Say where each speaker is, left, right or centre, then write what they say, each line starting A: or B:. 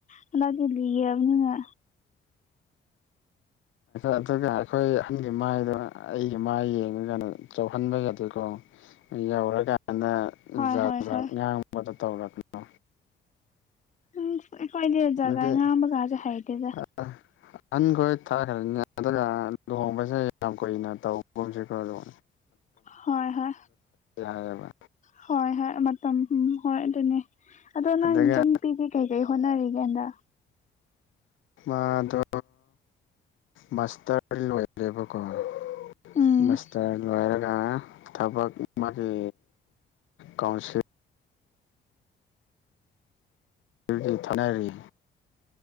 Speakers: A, on the left; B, on the left.
A: ꯍꯟꯗꯗꯤ ꯂꯤꯌꯦꯕꯅꯤꯅ
B: ꯑꯗꯨꯒ ꯑꯩꯈꯣꯏ ꯑꯍꯟꯒꯤ ꯃꯥꯏꯗꯣ ꯑꯩꯒꯤ ꯃꯥꯏ ꯌꯦꯡꯉꯒꯥꯟꯗ ꯆꯥꯎꯍꯟꯕ ꯌꯥꯗꯦꯀꯣ ꯑ ꯌꯥꯎꯔꯒ ꯅ
A: ꯍꯣꯏ
B: ꯖꯥꯠꯖꯥꯠ
A: ꯍꯣꯏ ꯍꯣꯏ
B: ꯉꯥꯡꯕꯗ ꯇꯧꯔꯛꯅꯨ
A: ꯎꯝ ꯑꯩꯈꯣꯏꯗꯤ ꯖꯒꯥ
B: ꯑꯗꯤ
A: ꯉꯥꯡꯕꯒꯁꯦ ꯍꯩꯇꯦꯗ
B: ꯑ ꯑꯟ ꯈꯔ ꯊꯥ ꯈꯔꯅꯤ ꯑꯗꯨꯒ ꯂꯨꯍꯣꯡꯕꯁꯦ ꯌꯥꯝ ꯀꯨꯏꯅ ꯇꯧꯕꯒꯨꯝꯁꯀꯣꯨ
A: ꯍ ꯍ
B: ꯍꯥꯏꯌꯦꯕ
A: ꯍ ꯍ ꯍꯣꯏ ꯑꯗꯨꯅꯦ ꯑꯗꯣ ꯅꯪ
B: ꯑꯗꯨꯒ
A: ꯏꯟꯇꯔ ꯅꯨꯄꯤꯒ ꯀꯩꯀꯩ ꯍꯣꯠꯅꯔꯤꯒꯦꯗ
B: ꯃꯥꯗ ꯃꯥꯁꯇꯔ ꯂꯣꯏꯔꯦꯕꯀꯣꯁꯇꯔ
A: ꯎꯝ
B: ꯂꯣꯏꯔ ꯊꯕꯛ ꯃꯥꯒꯤ ꯀꯥꯎꯟꯁꯤꯜ ꯔꯤ